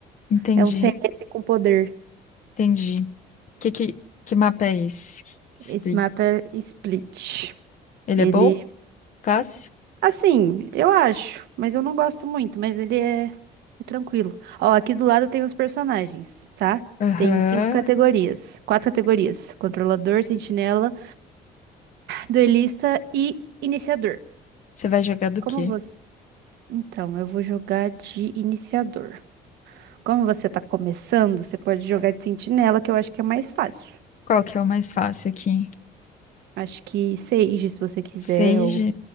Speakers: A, on the left; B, on the right.
A: Entendi,
B: É um CS com poder.
A: entendi. Que, que, que mapa é esse? Split.
B: Esse mapa é Split.
A: Ele
B: Ele,
A: é bom? Fácil?
B: assim, eu acho, mas eu não gosto muito, mas ele é, é tranquilo. Ó, aqui do lado tem os personagens, tá?
A: Aham.
B: Tem cinco categorias, quatro categorias: controlador, sentinela, duelista e iniciador.
A: Você vai jogar do
B: Como
A: quê?
B: você? Então, eu vou jogar de iniciador. Como você tá começando, você pode jogar de sentinela, que eu acho que é mais fácil.
A: Qual que é o mais fácil aqui?
B: Acho que Sage, se você quiser,
A: Sage?
B: ou...